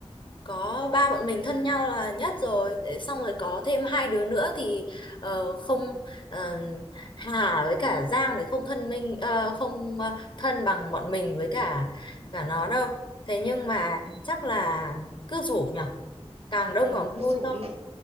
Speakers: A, on the left; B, on the right.
A: có ba bọn mình thân nhau là nhất rồi Thế xong rồi có thêm hai đứa nữa thì ờ, không ờ, Hà với cả Giang thì không thân minh ờ, không ờ, thân bằng bọn mình với cả cả nó đâu thế nhưng mà
B: Ừm,
A: chắc là cứ rủ nhở càng đông
B: ừ,
A: càng
B: cứ
A: vui
B: rủ
A: thôi
B: đi.